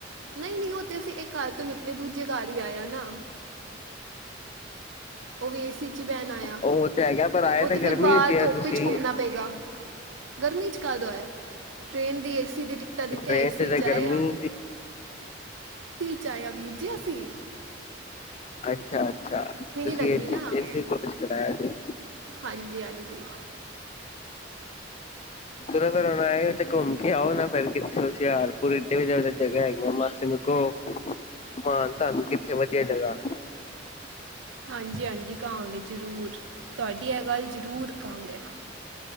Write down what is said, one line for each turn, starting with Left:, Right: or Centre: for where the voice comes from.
Right: ਨਹੀ-ਨਹੀ ਉਹ ਤੇ ਅਸੀ ਇੱਕ ਘਰ ਤੋਂ ਨਿਕਲੇ ਦੂਜੇ ਘਰ ਹੀ ਆਇਆ ਨਾ ਉਹ ਵੀ ਏਸੀ ਚ ਹੀ ਬੈਣ ਆਇਆ
Left: ਉਹ ਤੇ ਹੈਗਾ ਪਰ ਆਏ
Right: ਉਹ
Left: ਤਾਂ
Right: ਤੇ
Left: ਗਰਮੀ
Right: ਫਿਰ ਬਾਹਰ
Left: ਹੀ ਆ
Right: ਧੁੱਪ
Left: ਤੁਸੀਂ
Right: ਚ ਘੁੰਮਣਾ ਪਏਗਾ ਗਰਮੀ ਚ' ਕਦ ਆਏ ਆ ਟ੍ਰੇਨ ਦੀ ਏਸੀ ਦੀ ਟਿਕਟਾਂ ਲਿਤੀਆ
Left: ਟ੍ਰੇਨ
Right: ਏਸੀ
Left: ਤੇ ਤਾਂ
Right: ਚ' ਏਸੀ
Left: ਗਰਮੀ ਸੀ
Right: ਚ ਆਏ ਆ। ਵੀਰ ਜੀ ਅਸੀ
Left: ਅੱਛਾ, ਅੱਛਾ-ਅੱਛਾ ਤੁਸੀ
Right: ਲੱਗਦੀ ਨਾ
Left: ਏਸੀ ਕੋਚ ਕਰਾਇਆ ਸੀ।
Right: ਹਾਂਜੀ ਹਾਂਜੀ
Left: ਚਲੋ ਫਿਰ ਹੁਣ ਆਏ ਤੇ ਘੁੰਮ ਕੇ ਆਓ ਨਾ ਫਿਰ ਕਿੱਥੇ ਹੁਸ਼ਿਆਰਪੁਰ ਇਤਨੀ ਜਗ੍ਹਾ ਹੈਗੀਆਂ ਮਾਸੀ ਨੂੰ ਕਹੋ ਘੁਮਾਣ ਤੁਹਾਨੂੰ ਕਿੱਥੇ ਵਧੀਆ ਜਗ੍ਹਾ
Right: ਹਾਂਜੀ-ਹਾਂਜੀ ਕਹਾਂਗੇ ਜਰੂਰ ਤੁਹਾਡੀ ਇਹ ਗੱਲ ਜ਼ਰੂਰ ਕਾਂਗੀ।